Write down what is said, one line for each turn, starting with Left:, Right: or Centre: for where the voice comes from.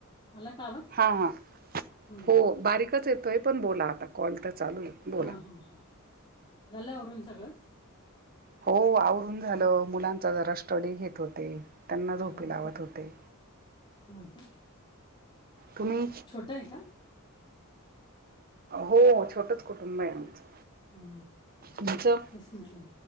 Left: आला का आवाज.
Right: हा हां,
Left: हां
Right: हो बारीकच येतोय पण बोला आता कॉल तर चालू आहे. बोला
Left: हां हां हां, झाल आवरून सगळं.
Right: हो आवरून झालं
Left: हॅलो
Right: मुलांचा जरा स्टडी घेत होते. त्यांना झोपी
Left: हो
Right: लावत
Left: का
Right: होते,
Left: हो का
Right: तुम्ही.
Left: ते आहे का.
Right: हो छोटच कुटुंब आहे आमचं.
Left: हो
Right: तुमचं
Left: तेस म्हटलं